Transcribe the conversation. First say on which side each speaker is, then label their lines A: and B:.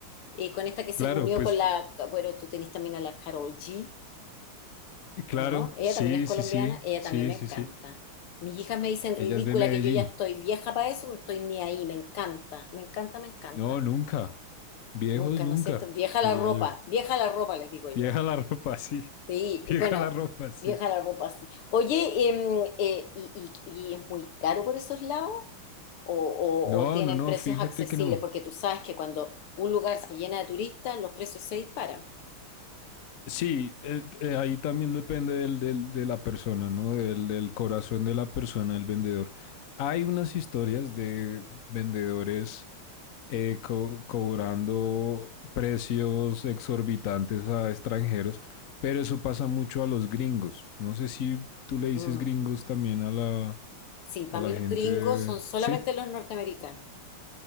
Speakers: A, on the left; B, on the left.
A: Y con esta que se
B: Claro,
A: unió
B: pues
A: con la, bueno, tú tenés también a la Carol G,
B: claro,
A: ¿o no? Ella
B: sí,
A: también es colombiana,
B: sí, sí,
A: ella
B: sí,
A: también me
B: sí,
A: encanta.
B: sí.
A: Mis hijas me dicen ridícula
B: Ella es de Medellín.
A: que yo ya estoy vieja para eso, no estoy ni ahí, me encanta, me encanta, me encanta.
B: No, nunca. Viejos
A: Nunca,
B: nunca,
A: ¿no es cierto? Vieja
B: diría
A: la ropa,
B: yo.
A: vieja la ropa, les digo yo.
B: Vieja la ropa, <laughs> sí.
A: Sí,
B: Vieja
A: y bueno,
B: la ropa, sí.
A: vieja la ropa así. Oye, em, eh, y, y- y es muy caro por esos lados? ¿O, o-
B: No,
A: o tienen
B: no, no,
A: precios
B: fíjate
A: accesibles?
B: que no.
A: Porque tú sabes que cuando un lugar se llena de turistas, los precios se disparan.
B: Sí, eh, eh, ahí también depende del, del- de la persona, ¿no? Del, del corazón de la persona, el vendedor. Hay unas historias de vendedores eh, co- cobrando precios exorbitantes a extranjeros, pero eso pasa mucho a los gringos. No sé si tú le dices
A: Mm.
B: gringos también a la,
A: Sí, para
B: a la
A: mí los
B: gente.
A: gringos son solamente
B: Sí,
A: los norteamericanos.